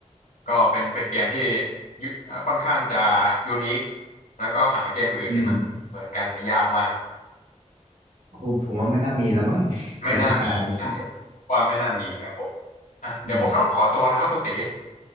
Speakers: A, on the left; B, on the right.
A: ก็เป็นเป็นเกมที่ยุค่อนข้างจะยูนิคแล้วก็หาเกมอื่นที่มันเหมือนกันเนี่ยยากมาก
B: อืมโอ้ผมว่าไม่น่ามีแล้วมั้ง <laughs>
A: ไม่น่ามีใช่
B: ไปถึงขนาดนี้
A: ว่าไม่น่ามีครับผม
B: <laughs>
A: อ่ะเดี๋ยวผมต้องขอตัวแล้วครับคุณตี
B: อืม